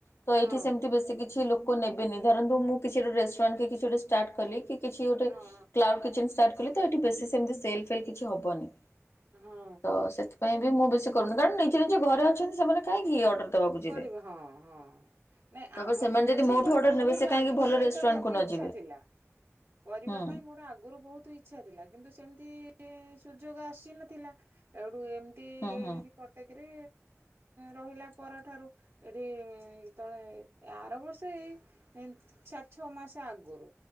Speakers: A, on the left; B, on the right.
A: ତ ଏଇଠି
B: ହଁ
A: ସେମତି ବେଶ, ସେ କିଛି ଲୋକ ନେବେନି ଧରନ୍ତୁ, ମୁଁ କିଛି ଗୋଟେ ରେଷ୍ଟୁରାଣ୍ଟ କିଛି ଗୋଟେ ଷ୍ଟାର୍ଟ କଲି କି। କିଛି ଗୋଟେ
B: ହଁ
A: କ୍କଳୁ ତ ଏଠି ବେଶୀ ସେମତି ଫଲ କିଛି ହବନି।
B: ହଁ
A: ତ ସେଥିପାଇଁ ବି ମୁଁ ବେଶୀ କରୁନି କାରଣ ନିଜେ ନିଜେ ଘରେ ଅଛନ୍ତି, ସେମାନେ କାଇଁ ଘି ଅର୍ଡର। ଦବାକୁ ଯିବେ।
B: କରିବେ, ହଁ ହଁ ନାଇଁ
A: ତାପରେ
B: ଆମ
A: ସେମାନେ
B: ମୋର
A: ଯଦି
B: ବି
A: ମୋଠୁ
B: ମାନେ
A: ଅର୍ଡର
B: ବହୁତ
A: ନେବେ ସେ କାହିଁକି
B: ଆଗରୁ
A: ଭଲ
B: ଏଇଟା
A: ରେଷ୍ଟୁରାଣ୍ଟ
B: ବହୁତ
A: କୁ ନ
B: ଇଚ୍ଛା
A: ଯିବେ
B: ଅ। ଥିଲା କରିବା
A: ହୁଁ
B: ପାଇଁ ମୋର ଆଗରୁ ବହୁତ। ଇଛା ଥିଲା କିନ୍ତୁ ସେମିତି ସୁଯୋଗ ଆସିନଥିଲା ଏଠୁ ଏମନ୍ତି।
A: ହୁଁ ହୁଁ।
B: କଟକରେ ରହିଲା। ପର ଠାରୁ ଏଠି ଯେତଳେ ଆର ବର୍ଷ ଏଇ। ସାର୍ ଛଅ ମାସ ଆଗୋରୁ।